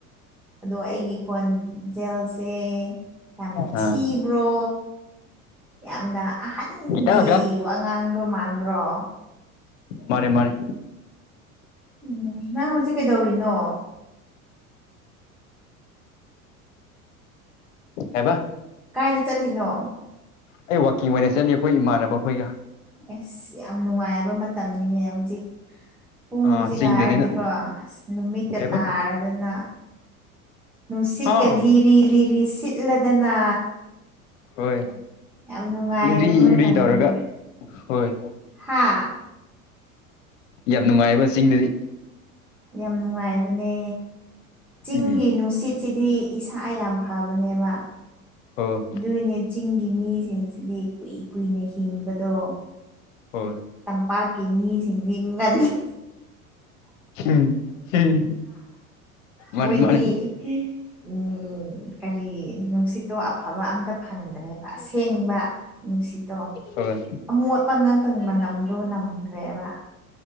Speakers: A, in the centre; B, on the left (about 60°).
A: ꯑꯗꯣ ꯑꯩꯒꯤ ꯈꯣꯟ ꯖꯦꯜꯁ ꯌꯥꯝ
B: ꯑꯥ
A: ꯊꯤꯕ꯭ꯔꯣ ꯌꯥꯝꯅ ꯑꯍꯟꯒꯤ
B: ꯑꯣ
A: ꯋꯥꯉꯥꯡꯗꯣ ꯃꯥꯟꯕ꯭ꯔꯣ
B: ꯃꯥꯅꯦ ꯃꯥꯅꯦ
A: ꯎꯝ ꯅꯪ ꯍꯧꯖꯤꯛ ꯀꯩꯗꯧꯔꯤꯅꯣ
B: ꯑꯦꯕ
A: ꯀꯥꯏꯗ ꯆꯠꯂꯤꯅꯣ
B: ꯑꯩ ꯋꯥꯛꯀꯤꯡ ꯑꯣꯏꯅ ꯆꯠꯂꯤ ꯑꯩꯈꯣꯏ ꯏꯃꯥꯟꯅꯕ ꯑꯩꯈꯣꯏꯒ
A: ꯑꯁ ꯌꯥꯝ ꯅꯨꯡꯉꯥꯏꯕ ꯃꯇꯝꯅꯤꯅꯦ ꯍꯧꯖꯤꯛ ꯄꯨꯡꯁꯤꯒ
B: ꯑꯥ ꯆꯤꯡꯗꯅꯤꯅ
A: ꯍꯥꯏꯔꯗꯤꯀꯣ ꯑꯁ ꯅꯨꯃꯤꯠꯀ
B: ꯀꯩꯕ
A: ꯇꯥꯔꯗꯅ ꯅꯨꯡꯁꯤꯠꯀ
B: ꯍꯥ
A: ꯂꯤꯔꯤ ꯂꯤꯔꯤ ꯁꯤꯠ ꯏꯜꯂꯗꯅ
B: ꯍꯣꯏ
A: ꯌꯥꯝ ꯅꯨꯡꯉꯥꯏꯕ
B: ꯏꯪꯒ꯭ꯔꯤ
A: ꯃꯇꯝꯅꯤꯅꯦ
B: ꯏꯪꯒ꯭ꯔꯤ ꯇꯧꯔꯒ ꯍꯣꯏ
A: ꯍꯥ
B: ꯌꯥꯝ ꯅꯨꯡꯉꯥꯏꯑꯕ ꯆꯤꯡꯗꯗꯤ
A: ꯌꯥꯝ ꯅꯨꯡꯉꯥꯏꯕꯅꯦ ꯆꯤꯡꯒꯤ
B: ꯎꯝ
A: ꯅꯨꯡꯁꯤꯠꯁꯤꯗꯤ ꯏꯁꯥ ꯌꯥꯝ ꯐꯕꯅꯦꯕ
B: ꯍꯣꯏ
A: ꯑꯗꯨꯏꯅꯦ ꯆꯤꯡꯒꯤ ꯃꯤꯁꯤꯡꯁꯤꯗꯤ ꯀꯨꯏ ꯀꯨꯏꯅ ꯍꯤꯡꯕꯗꯣ
B: ꯍꯣꯏ
A: ꯇꯝꯄꯥꯛꯀꯤ ꯃꯤ ꯁꯤꯡꯗꯤꯒ
B: ꯎꯝ ꯍꯝ ꯃꯥꯅꯦ
A: ꯃꯣꯏꯗꯤ
B: ꯃꯥꯅꯦ
A: ꯎꯝ ꯀꯔꯤ ꯅꯨꯡꯁꯤꯠꯇꯣ ꯑꯐꯕ ꯑꯝꯇ ꯐꯪꯗ꯭ꯔꯦꯕ
B: ꯎꯝ
A: ꯑꯁꯦꯡꯕ ꯅꯨꯡꯁꯤꯠꯇꯣ
B: ꯍꯣꯏ
A: ꯑꯃꯣꯠꯄ ꯉꯥꯛꯇꯪ ꯃꯅꯝꯗꯨ ꯅꯝꯈ꯭ꯔꯦꯕ